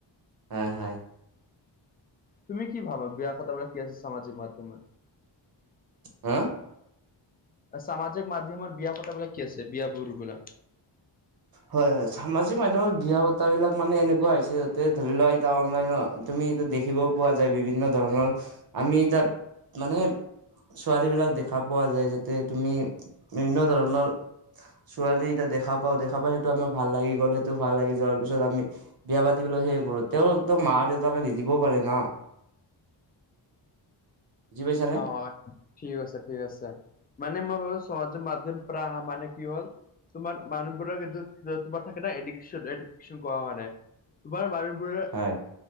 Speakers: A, on the right; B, on the left.
A: হয় হয়।
B: তুমি কি ভাবা বিয়া কথাবিলাক কি আছে সামাজিক মাধ্যম?
A: হা!
B: সামাজিক‌ ‍মাধ্যমত বিয়া পতাবিলাক কি আছে বিয়া বৰু বিলাক?
A: হয় হয় সামাজিক মাধ্যমত বিয়া বতৰা বিলাক মানে এনেকুৱা হৈছে যাতে ধৰি লোৱা এতিয়া অনলাইনত তুমি এইটো দেখিব পোৱা যায় বিভিন্ন ধৰণৰ, আমি এতিয়া মানে ছোৱালীবিলাক দেখা পোৱা যায়, যাতে তুমি বিভিন্ন ধৰণৰ ছোৱালী এতিয়া দেখা পাওঁ, দেখা পাই সেইটো আমাৰ ভাল লাগি গ'ল সেইটো ভাল লাগি যোৱাৰ পিছত আমি বিয়া পাতিবলৈহে সেই কৰোঁ তেওঁ তোক মা- দেউতাকে নিদিবও পাৰে না? বুজি পাইছানে?
B: অহ। ঠিক আছে ঠিক আছে মানে মই হলো সমাজৰ মাধ্যম‌ পৰা মানে কি হ'ল তোমাৰ মানুহবোৰৰ কিন্তু তোমাৰ থাকে ন এডিকেচন এডিকেচন কৰা মানে আমাৰ মানুহ‌বোৰে
A: হয়।